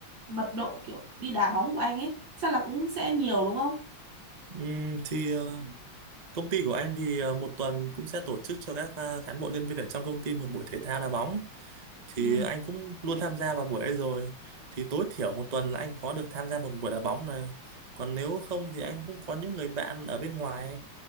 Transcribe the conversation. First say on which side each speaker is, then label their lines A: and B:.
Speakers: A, on the right; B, on the right.
A: mật độ kiểu đi đá bóng của anh ấy chắc là cũng sẽ nhiều đúng không?
B: Ừm, thì ờ, công ty của anh thì ờ, một tuần cũng sẽ tổ chức cho các ờ, cán bộ nhân viên ở trong công ty một buổi thể thao đá bóng. thì
A: Ừ.
B: anh cũng luôn tham gia vào buổi ấy rồi thì tối thiểu một tuần là anh có được tham gia một buổi đá bóng này còn nếu không thì anh cũng có những người bạn ở bên ngoài